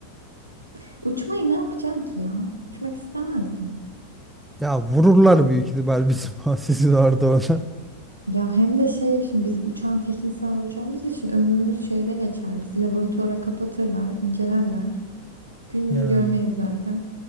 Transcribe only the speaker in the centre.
Ya vururlar büyük ihtimal bizim <laughs> sizin orada ona.
Yani